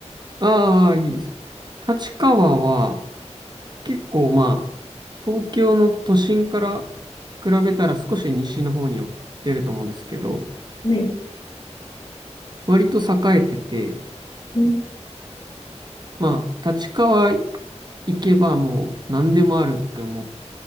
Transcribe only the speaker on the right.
ああ、いいです。立川は、結構まあ、東京の都心から比べたら少し西の方に寄ってると思うんですけど、
割と栄えてて、
まあ、立川行けばもう何でもあるって思っ